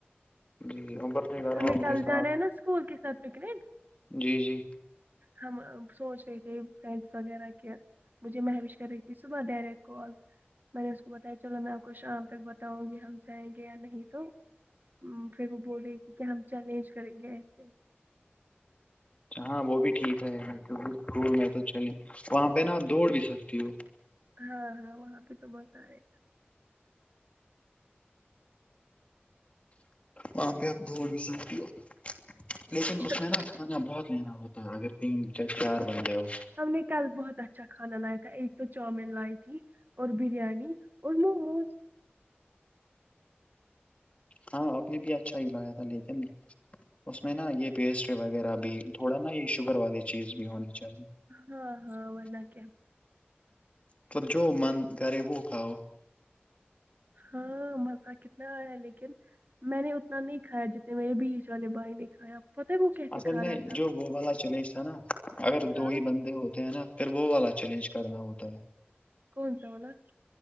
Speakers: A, on the left; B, on the right.
A: جی ابر سے گھر
B: ہمیں
A: والوں
B: کل
A: گ س
B: جانا ہے نا اسکول کے ساتھ پکنک
A: جی جی
B: ہم سوچ رہے تھے فرینڈس وغیرہ کے مجھے محوش کر رہی تھی صبح دے ریک کال میں نے اس کو بتایا چلو میں آپ کو شام تک بتاؤں گی ہم جائیں گے یا نہیں تو پھر وہ بولے گی کیا ہم چیلنج کریں گے ایسے
A: ج ہاں وہ بھی ٹھیک ہے کیونکہ اسکول میں تو چلیں وہاں پہ نا آپ دوڑ بھی سکتی ہو
B: ہاں ہاں وہاں پہ تو بت آئے
A: وہاں پہ اپ دوڑ بھی سکتی ہو لیکن
B: گا
A: اس میں نا کھانا بہت لینا ہوتا ہے اگر تین چار بندے ہو
B: ہم نے کل بہت اچھا کھانا لایا تھا ایک تو چاؤمین لائی تھی اور بریانی اور موموز
A: ہاں آپ نے بھی اچھا ہی لایا تھا لیکن اس میں نا یہ پیسٹری وغیرہ بھی تھوڑا نا یہ شوگر والی چیز بھی ہونی چاہیے
B: ہاں ہاں وہنا کیا
A: تو جو من کرے وہ کھاؤ
B: ہاں مزہ کتنا آ رہا لیکن میں نے اتنا نہیں کھایا جتنا میں بھیچ والے بائی نے کھایا پتہ ہے وہ کیسے
A: اصل
B: کھا
A: میں
B: رہا تھا
A: جو وہ والا چیلنج تھا نا اگر
B: ہاں
A: دو ہی بندے ہوتے ہیں نا پھر وہ والا چیلنج کرنا ہوتا ہے
B: کون سا واللا